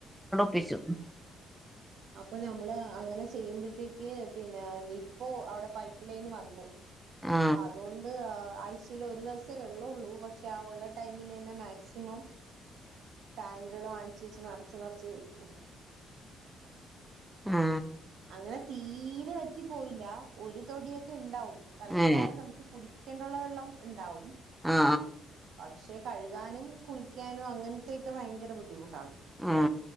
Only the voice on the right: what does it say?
അപ്പൊ നമ്മള് അങ്ങനെ ചെയ്യുമ്പൊഴ്ത്തേക്ക് പിന്നേ തിപ്പോ അവിടെ പൈപ്പ്ലൈന് വന്ന്
പ്പ അതോണ്ട് ആ ആഴ്ചയിലൊരുദിവസേ വെള്ളൊള്ളൂ പക്ഷെ ആഒള്ള ടൈമിലെന്നെ മാക്സിമം ടാങ്കുകൾ വാങ്ങിച്ച് വെച്ച് നറച്ച് നറച്ച് വെക്കും
അങ്ങനെ തീരെവറ്റിപോയില്ലാ ഒരു തൊടിയൊക്കെണ്ടാവും തൽക്കാലം
നമുക്ക് കുടിക്കേണ്ടുള്ള വെള്ളംണ്ടാവും
പക്ഷെ കഴുകാനും കുളിക്കാനും അങ്ങൻത്തെക്കെ ഭയങ്കര ബുദ്ധിമുട്ടാണ്